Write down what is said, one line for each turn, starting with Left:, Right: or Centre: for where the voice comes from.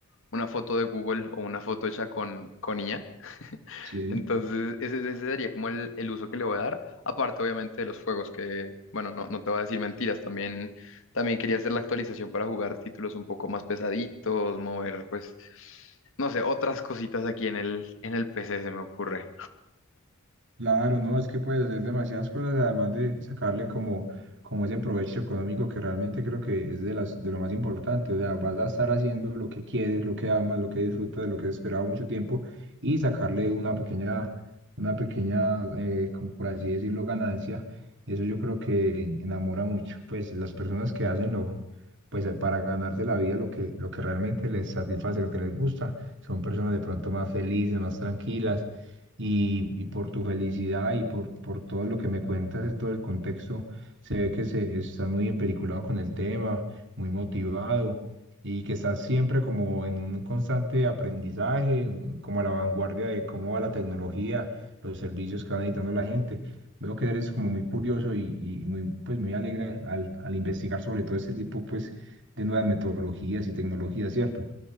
Left: una foto de Google o una foto hecha con, con IA.
Right: Sí,
Left: Entonces, ese, ese sería como el, el uso que le voy a dar, aparte obviamente de los juegos, que bueno, no, no te voy a decir mentiras, también, también quería hacer la actualización para jugar títulos un poco más pesaditos, mover pues, no sé, otras cositas aquí en el, en el PC se me ocurre.
Right: Claro, no, es que puedes hacer demasiadas cosas, además de sacarle como, como ese provecho económico que realmente creo que es de las, de lo más importante. O sea, vas a estar haciendo lo que quieres, lo que amas, lo que disfrutas, de lo que has esperado mucho tiempo y sacarle una pequeña, una pequeña, eh, como por así decirlo, ganancia. Eso yo creo que enamora mucho. Pues las personas que hacen lo, pues para ganarse la vida, lo que, lo que realmente les satisface, lo que les gusta, son personas de pronto más felices, más tranquilas y, y por tu felicidad y por, por todo lo que me cuentas, de todo el contexto, se ve que se, estás muy empeliculado con el tema, muy motivado y que estás siempre como en un constante aprendizaje, en- como a la vanguardia de cómo va la tecnología, los servicios que va necesitando la gente. Veo que eres como muy curioso y, y muy, pues muy alegre al, al investigar sobre todo este tipo pues, de nuevas metodologías y tecnologías, ¿cierto?